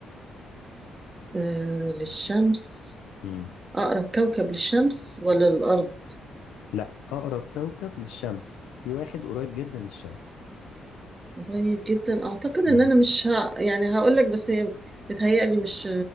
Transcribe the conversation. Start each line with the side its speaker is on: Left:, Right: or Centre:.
Right: آه للشمس
Left: امم
Right: أقرب كوكب للشمس ولا للأرض
Left: لا اقرب كوكب للشمس في واحد قريب جدا للشمس
Right: قريب جدا أعتقد إن
Left: امم
Right: أنا مش ها يعني هقول لك بس هي بتهيألي مش